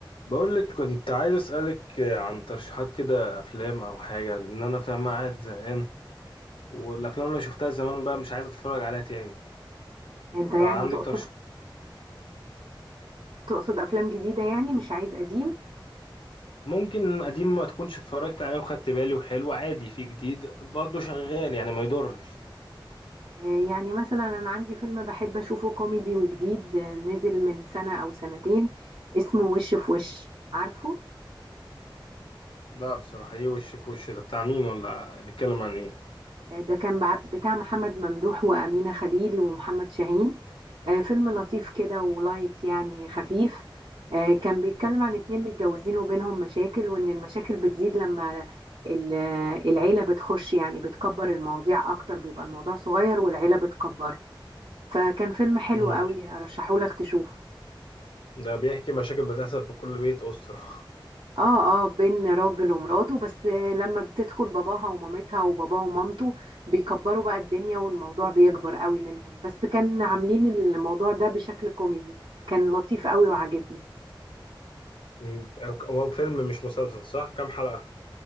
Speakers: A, on the left (about 85°); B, on the right (about 80°).
A: بقول لك كنت عايز أسألك عن ترشيحات كده أفلام أو حاجة لأن أنا فاهم قاعد زهقان والأفلام اللي شفتها زمان بقى مش عايز أتفرج عليها تاني
B: انت يعني
A: فعندك
B: تقصد
A: ترشيحات
B: تقصد افلام جديده يعني مش عايز قديم
A: ممكن قديم ما تكونش اتفرجت عليه وخدت بالي وحلو عادي في جديد برضه شغال يعني ما يضرش
B: آه، يعني مثلا انا عندي فيلم بحب اشوفه كوميدي وجديد آه، نزل من سنه او سنتين اسمه وش في وش عارفه
A: لا بصراحة إيه وش في وش ده بتاع مين ولا بيتكلم عن إيه؟
B: آه، ده كان بع- بتاع محمد ممدوح وامينه خليل ومحمد شاهين آه، فيلم لطيف كده ولايت يعني خفيف آه، كان بيتكلم عن اتنين متجوزين وبينهم مشاكل وان المشاكل بتزيد لما ال- العيله بتخش يعني بتكبر المواضيع اكتر بيبقى الموضوع صغير والعيله بتكبره فكان فيلم حلو
A: امم
B: قوي ارشحهولك تشوفه
A: ده بيحكي مشاكل بتحصل في كل بيت أسرة
B: اه اه بين راجل ومراته بس لما بتدخل باباها ومامتها وباباه ومامته بيكبروا بقى الدنيا والموضوع بيكبر قوي منهم بس كان عاملين الموضوع ده بشكل كوميدي كان لطيف قوي وعجبني
A: مم. هو فيلم مش مسلسل صح؟ كام حلقة؟